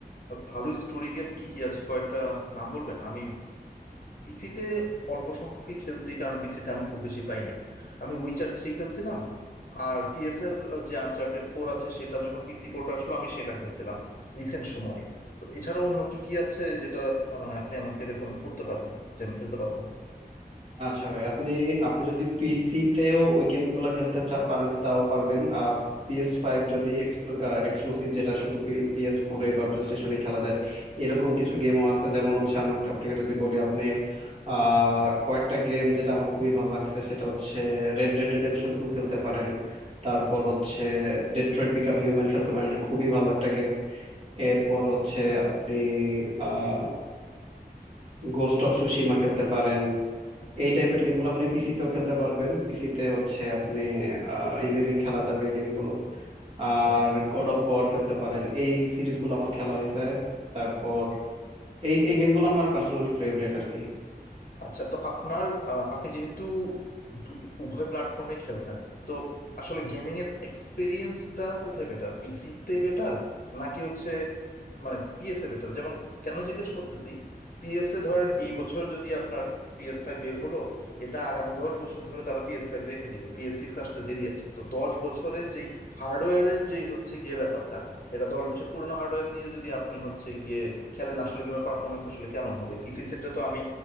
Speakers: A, on the left; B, on the right.
A: ভালো স্টোরি গেম কি কি আছে কয়েকটা নাম বলবেন আমি পিসিতে অল্প সংখ্যকই খেলছি কারণ পিসিতে আমি খুব বেশি পাই নাই আমি উইচার থ্রি খেলছিলাম আর পিএস এর যে আনচার্টেড ফোর আছে সেটা যখন পিসি পোর্ট আসলো আমি সেটা খেলছিলাম রিসেন্ট সময়ে তো এছাড়া অন্য কি কি আছে যেটা আহ, মানে আপনি আমাকে রেকমেন্ড করতে পারেন যে আমি খেলতে পারবো
B: আচ্ছা ভাই আপনি আপনি যদি পিসি তেও ওই গেমগুলো খেলতে চা- পারেন তাও পারবেন আর পিএস ফাইভ যদি এক্সক্লুসিভ যেটা শুধু পিএস ফোরে বা প্লে স্টেশনে খেলা যায় এরকম কিছু গেমও আছে যেমন হচ্ছে আমাকে আপনাকে যদি বলি আপনি আহ কয়েকটা গেম যেটা আমার খুবই ভালো লাগছে সেটা হচ্ছে রেড ডেড রেডেমশন টু খেলতে পারেন তারপর
A: আচ্ছা
B: হচ্ছে ডেট্রয়েট বিকাম হিউম্যান খেলতে পারেন এটা খুবই ভালো একটা গেম এরপর হচ্ছে আপনি আহ গোস্ট অফ সুশিমা খেলতে পারেন এই টাইপের গেমগুলো আপনি পিসিতেও খেলতে পারবেন পিসিতে হচ্ছে আপনি ইজিলি খেলা যাবে এই গেমগুলো আর
A: আচ্ছা
B: গড অফ ওয়ার খেলতে পারেন এই সিরিজগুলো আমার খেলা হয়েছে তারপর এই এই গেমগুলো আমার পার্সোনালি ফেভারিট আর কি
A: আচ্ছা তো আপনার আহ, আপনি যেহেতু দু- উভয় প্ল্যাটফর্মে খেলছেন তো আসলে গেমিং এর এক্সপিরিয়েন্সটা কোথায় বেটার পিসিতে বেটার নাকি হচ্ছে মানে পিএসএ বেটার যেমন কেন জিজ্ঞেস করতেছি পিএসএ ধরেন এই বছর যদি আপনার পিএস ফাইভ বের হলো এটা আগামী দশ বছর ধরে তারা পিএস ফাইভ রেখে দিবে পিএস সিক্স আসতে দেরি আছে তো দশ বছরে যেই হার্ডওয়্যারের যেই হচ্ছে গিয়ে ব্যাপারটা এটা দশ বছর পুরনো হার্ডওয়্যার দিয়ে যদি আপনি হচ্ছে গিয়ে খেলেন আসলে গেমের পারফরমেন্স আসলে কেমন হবে পিসির ক্ষেত্রে তো আমি